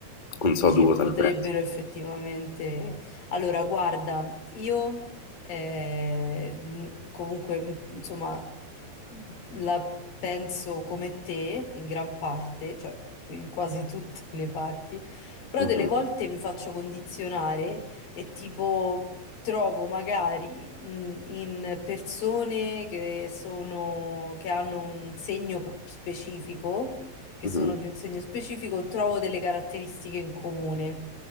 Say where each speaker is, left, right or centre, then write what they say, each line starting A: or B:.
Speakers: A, on the left; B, on the left.
A: Non
B: Dici,
A: so tu cosa
B: potrebbero
A: ne pensi.
B: effettivamente... Allora, guarda, io eh, n- comunque, m- insomma, la penso come te in gran parte, cioè in quasi tutte le parti, però
A: Mhm,
B: delle volte mi faccio condizionare e tipo trovo magari mh, in persone che sono, che hanno un segno p- specifico che
A: mhm.
B: sono di un segno specifico, trovo delle caratteristiche in comune.